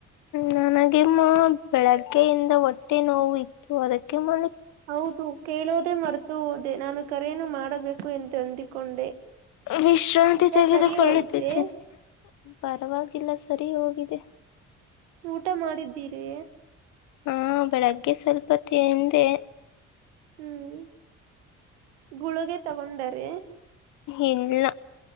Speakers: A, on the left; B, on the right.
A: ನನಗೆ ಮಾ ಬೆಳಗ್ಗೆಯಿಂದ ಹೊಟ್ಟೆ ನೋವು ಇತ್ತು. ಅದಕ್ಕೆ ಮ
B: ಹೌದು ಕೇಳೋದೇ ಮರ್ತು ಹೋದೆ ನಾನು ಕರೇನು ಮಾಡಬೇಕು ಎಂದು ಅಂದಿಕೊಂಡೆ.
A: ವಿಶ್ರಾಂತಿ
B: ಈಗ
A: ತೆಗೆದು
B: ಸರಿ
A: ಕೊಳ್ಳುತಿದ್ದೇನೆ.
B: ಹೋಯ್ತೆ
A: ಪರವಾಗಿಲ್ಲ ಸರಿ ಹೋಗಿದೆ.
B: ಊಟ ಮಾಡಿದ್ದೀರಿ.
A: ಹಾ ಬೆಳಗ್ಗೆ ಸ್ವಲ್ಪ ತಿಂದೆ.
B: ಹ್ಮ್ ಗುಳುಗೆ ತಗೊಂಡರೆ.
A: ಏನಿಲ್.